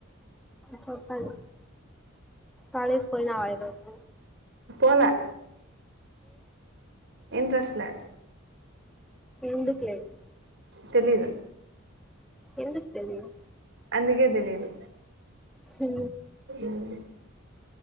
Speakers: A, in the centre; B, on the right.
A: చో పల కాలేజ్ కి పోయినవ ఈ రోజు
B: పోలే ఇంట్రెస్ట్ లే
A: ఎందుకు లేదు
B: తెలీదు
A: ఎందుకు తెలీదు
B: అందుకే తెలీదు
A: హూ
B: మ్మ్